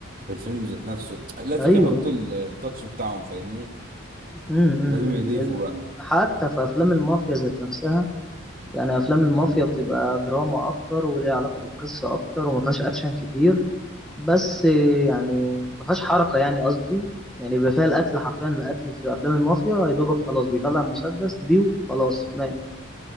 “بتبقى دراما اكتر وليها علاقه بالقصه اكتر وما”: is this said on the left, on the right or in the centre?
Centre